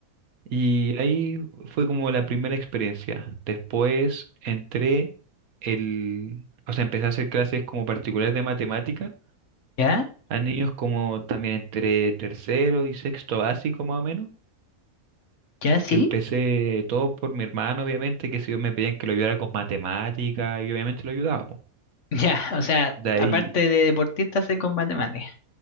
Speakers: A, on the right; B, on the left.
A: Y ahí fue como la primera experiencia. Después entré el, o sea, empecé a hacer clases como particulares de matemática
B: ¿Ya?
A: a niños como también entre tercero y sexto básico más o menos.
B: ¿Ya? ¿Sí?
A: que empecé
B: <laughs>
A: todo por mi hermano, obviamente, que si yo me pedían que lo ayudara con matemática, y obviamente lo ayudaba, po.
B: Ya, o sea,
A: De ahí,
B: aparte de deportista, sé con matemáticas.